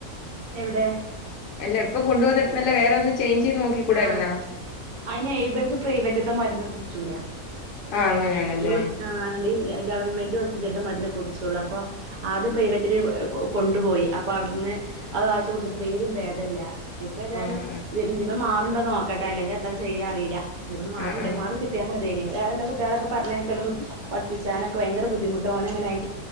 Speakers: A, on the right; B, on the left.
A: എവിടെ
B: അല്ല ഇപ്പം കൊണ്ടു പോന്നിടത്തുന്നല്ലേ വേറെ ഒന്ന് ചേഞ്ച് ചെയ്ത് നോക്കിക്കൂടായിരുന്നോ
A: ആ അയിനേഴുപേർക്ക് പ്രൈവറ്റത്തെ മരുന്ന് പിടിച്ചൂല.
B: ആഹ് അങ്ങനെയാണല്ലേ
A: ഈ ആ അങ്ങ ഗവൺമെന്റ് ഹോസ്പിറ്റലത്തെ മരുന്നെ പുടിച്ചുള്ളൂ അപ്പൊ ആദ്യം പ്രൈവറ്റില് കൊണ്ടുപോയി അപ്പൊ അവിടുന്ന് അതാഴ്ച കുടിച്ചിട്ട് പേരും ഭേദല്ല ഇപ്പൊ ഏതാലും
B: ആഹ്
A: ഇ ജീപൻ മാറണ്ടോന്ന് നോക്കട്ടെ അല്ലെങ്കിൽ എന്തൊക്കെ ചെയ്യാ അറിയില്ല ഇ മാറണ്ടേ
B: ആഹ് ആഹ്
A: മാറി കിട്ടിയാ മതിന് വേറെല്ല കുികളൊക്കെ പറഞ്ഞേക്കലും പഠപ്പിച്ചാനൊ ഭയങ്ക ബുദ്ധമുട്ടന എങ്ങനെയ